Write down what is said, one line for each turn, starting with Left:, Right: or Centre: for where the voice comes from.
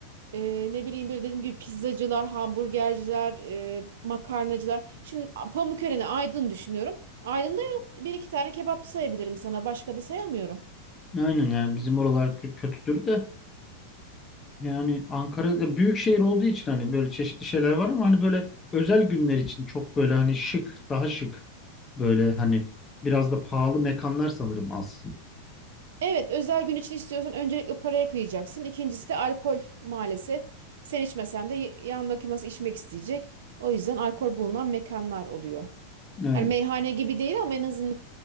Right: e, ne bileyim böyle dediğim gibi pizzacılar, hamburgerciler, e, makarnacılar. Şimdi A- Pamukören'i Aydın düşünüyorum. Aydın'da yok. Bir iki tane kebapçı sayabilirim sana. Başka da sayamıyorum.
Left: Aynen yani bizim oralar kö- kötüdür de Yani Ankara ya büyük şehir olduğu için hani böyle çeşitli şeyler var ama hani böyle özel günler için çok böyle hani şık, daha şık böyle hani biraz da pahalı mekanlar sanırım az.
Right: Evet özel gün için istiyorsan öncelikle paraya kıyacaksın. İkincisi de alkol maalesef. Sen içmesen de y- yanındaki masa içmek isteyecek. O yüzden alkol bulunan mekanlar oluyor.
Left: Evet.
Right: Hani meyhane gibi değil ama en azından